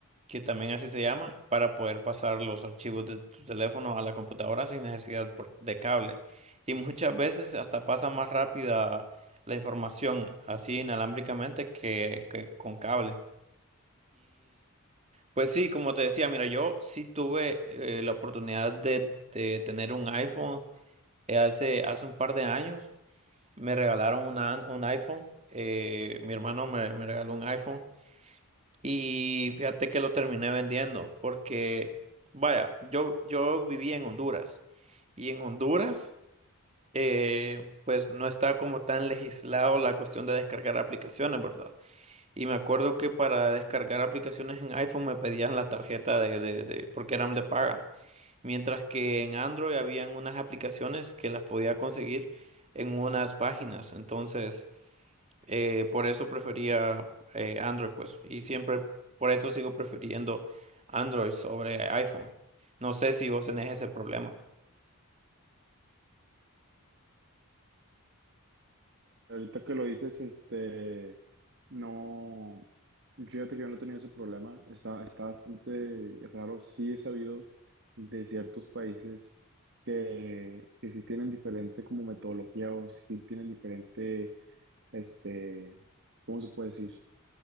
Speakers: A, on the right; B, on the right.
A: que también así se llama, para poder pasar los archivos de tu teléfono a la computadora sin necesidad por- de cable. Y muchas veces hasta pasa más rápida la información así inalámbricamente que, que con cable. Pues sí, como te decía, mira, yo sí tuve eh, la oportunidad de, de tener un iPhone eh, hace, hace un par de años. Me regalaron una- un iPhone, eh, mi hermano me, me regaló un iPhone y fíjate que lo terminé vendiendo porque, vaya, yo, yo vivía en Honduras y en Honduras eh, pues no está como tan legislado la cuestión de descargar aplicaciones, ¿verdad? Y me acuerdo que para descargar aplicaciones en iPhone me pedían la tarjeta de, de, de- porque eran de paga. Mientras que en Android habían unas aplicaciones que las podía conseguir en unas páginas. Entonces, eh, por eso prefería eh, Android, pues. Y siempre, por eso sigo prefiriendo Android sobre iPhone. No sé si vos tenés ese problema.
B: Ahorita que lo dices, este, no, fíjate que yo no he tenido ese problema, está, está bastante raro, sí he sabido de ciertos países que, que sí tienen diferente como metodología o sí tienen diferente, este, ¿cómo se puede decir?